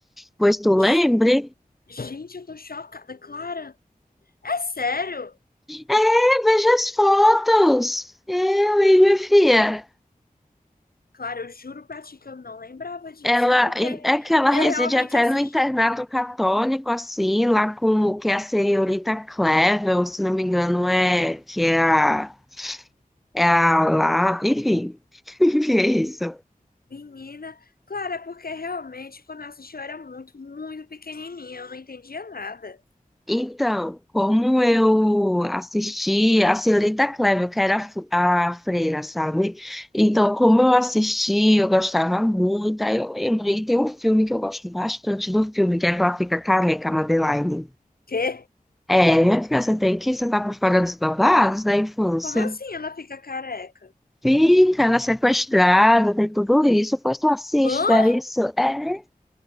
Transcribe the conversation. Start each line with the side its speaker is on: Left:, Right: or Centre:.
Centre: Pois tu
Left: Sh-
Centre: lembre?
Left: Gente, eu tô chocada. Clara, é sério?
Centre: É, veja as fotos. Eu e minha filha.
Left: Clara, eu juro pra ti que eu não lembrava disso.
Centre: Ela
Left: É porque
Centre: é que ela
Left: eu
Centre: reside
Left: realmente
Centre: até
Left: assisti.
Centre: no internato católico, assim, lá com o que é a senhorita Clevel, se não me engano, é que é a, é a lá. Enfim, <laughs> enfim, é isso.
Left: Menina, Clara, é porque realmente quando eu assisti eu era muito, muito pequenininha. Eu não entendia nada.
Centre: Então, como eu assisti a Senhorita Clévia, que era a fu- a freira, sabe? Então, como eu assisti, eu gostava muito. Aí eu lembrei, tem um filme que eu gosto bastante do filme, que é que ela fica careca, a Madeline.
Left: Quê?
Centre: É, minha filha, você tem que, você tá por fora dos babados da infância.
Left: Como assim ela fica careca?
Centre: Fica, ela é sequestrada, tem tudo isso. Pois tu assiste,
Left: Hã?
Centre: dá isso. É.